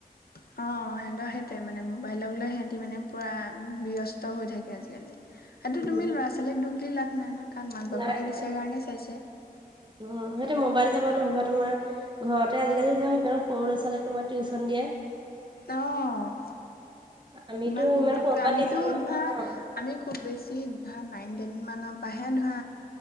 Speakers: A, on the left; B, on the right.
A: সিহতৰ সেইটোৱেই মানে মোবাইলক লৈ সিহঁতি মানে পুৰা ব্যস্ত হৈ থাকে আজিকালি। সেইটো
B: উম,
A: তুমি ল'ৰা -ছোৱালীক দুখ দি লাভ নাই নহয়। কাৰণ মাক- বাপেকে
B: নাই
A: দিছে
B: নাই
A: কাৰণে চাইছে।
B: উম, সিহঁতে মোবাইল চাব নহ'বা তোমাৰ ঘৰতে আজিকালি ধৰক ইমান সৰু ল'ৰা- ছোৱালীক তোমাৰ টিউচন দিয়ে।
A: অ',
B: আমিতো
A: ইমান সৰুতেটো
B: সৰুৰ পৰা
A: আমিতো
B: টিউচন কৰি
A: ধৰা
B: অ',
A: আমি খুব বেছি ধৰা নাইন, টেন মানৰ পৰাহে ধৰা